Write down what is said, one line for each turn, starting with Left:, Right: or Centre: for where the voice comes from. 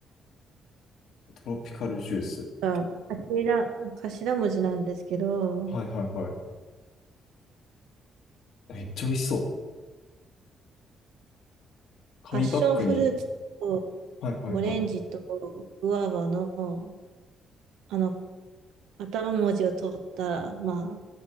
Left: トロピカルジュース。
Right: が頭、頭文字なんですけど、
Left: はいはいはい。めっちゃ美味しそう。紙パックに。
Right: パッションフルーツと
Left: はいはいはい。
Right: オレンジとグアバの、あの、頭文字を取った、まあ、